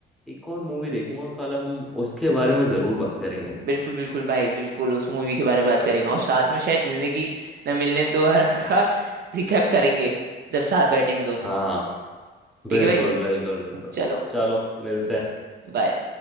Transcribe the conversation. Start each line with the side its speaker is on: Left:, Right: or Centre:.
Centre: एक और मूवी देखूंगा कल हम उसके बारे में ज़रूर बात करेंगे
Right: बिल्कुल बिल्कुल भाई बिल्कुल उस मूवी के बारे में बात करेंगे और साथ में शायद जिंदगी न मिलने दोबारा का रिकैप करेंगे जब साथ बैठेंगे दोनों
Centre: हाँ बिल्कुल
Right: ठीक है भाई
Centre: बिल्कुल बिल्कुल
Right: चलो
Centre: चलो मिलते हैं
Right: बाय